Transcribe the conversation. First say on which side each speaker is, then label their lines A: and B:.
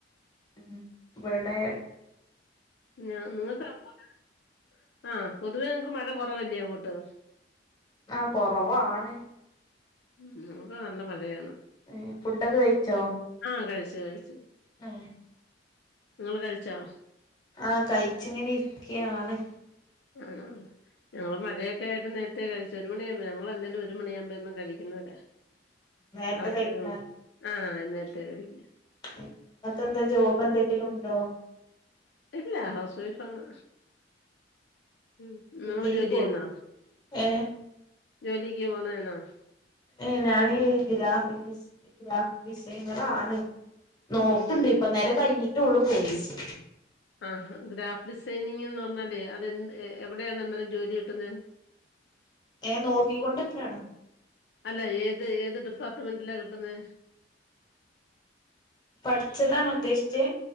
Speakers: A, on the left; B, on the left.
A: ഉം ഇവടെ
B: ആഹാ നിങ്ങക്കങ്ങോട്ട് <unintelligible> ആ പൊതുവെ ഇങ്ങക്ക് മഴ കൊറവല്ലേ അങ്ങോട്ട്?
A: ആഹ കൊറവാണ്
B: ഉം നമ്മക്കൊക്കെ നല്ല മഴയാണ്
A: ഏഹേ ഫുഡൊക്കെ കഴിച്ചോ?
B: ആഹ് കഴിച്ച് കഴിച്ച്
A: മ്
B: ഇങ്ങള് കഴിച്ചോ?
A: ആഹ് കഴിച്ചിങ്ങനെ ഇരിക്ക്യാണ്
B: ആണോ? ഞങ്ങള് മഴൊക്കെയായിട്ട് നേരത്തെ കഴിച്ച് ഒരു മണിയാക്കുമ്പോ ഞങളെല്ലേലും ഒരു മണിയാകുമ്പെയെന്നും കഴിക്കുന്നവരാ
A: നേരത്തെ
B: കറക്ട്ടായിട്ട്
A: കഴിക്കുന്ന
B: ആഹ് നേരെത്തെ കഴിക്കും
A: എഹെ ഇങ്ങെക്കെന്താ ജോബ് എന്തെങ്കിലുണ്ടോ?
B: ഇല്ല ഹൗസ് വൈഫാണ് ഉം
A: ഡിഗ്രി
B: നിങ്ങള് ജോലിയ്യുന്നോ?
A: പോയി ഏഹ്
B: ജോലിക്ക് പോണെണോ?
A: എഹ് ഞാന് ഗ്രാഫിക് ഡിസൈ ഗ്രാഫിക് ഡിസൈനറാണ് നോക്ക്ണ്ട്
B: ഓഹോ
A: ഇപ്പന്നേരെ കഴിഞ്ഞിട്ടൊള്ളു കോഴ്സ്
B: ആഹാ ഗ്രാഫ്റ്റ് ഡിസൈനിങ്ങിന്ന് പറഞ്ഞാലേ അത് എന്ത് എവിടെയാണ് അന്നേരം ജോലി കിട്ടുന്നെ
A: ഏഹെ നോക്കി കൊണ്ട്ക്കാണ്
B: അല്ല ഏത് ഏത് ഡിപ്പാർട്ട്മെന്റിലാ കിട്ടുന്നെ?
A: പഠിച്ചതാണോ ഉദ്ദേശിച്ചേ